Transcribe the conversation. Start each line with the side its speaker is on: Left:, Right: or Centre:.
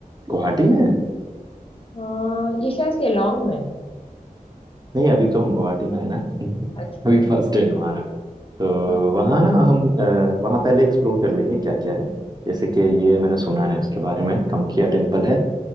Right: गुवाहाटी में है?
Left: हाँ ये शायद शिलोंग में है
Right: नहीं अभी तो हम गुवाहाटी में है ना <laughs>
Left: अच्छा
Right: अभी फर्स्ट डे हमारा तो
Left: ओके
Right: वहाँ ना हम अ, वहाँ पहले एक्सप्लोर कर लेंगे क्या क्या है जैसे कि ये मैंने सुना है इसके बारे में कामाख्या टेम्पल है